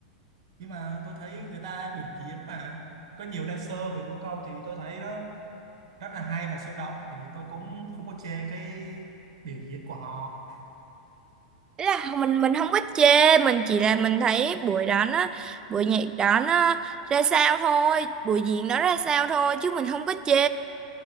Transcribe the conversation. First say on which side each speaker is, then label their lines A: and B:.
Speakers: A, on the right (about 65°); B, on the right (about 20°).
A: nhưng mà tôi thấy người ta biểu diễn mà có nhiều dancer với vũ công thì tôi thấy đó rất là hay và sôi động thì tôi cũng không có chê cái biểu diễn của họ
B: Ý là mình mình không có chê mình chỉ là mình thấy buổi đó nó buổi nhạc đó nó ra sao thôi buổi diễn đó ra sao thôi chứ mình không có chê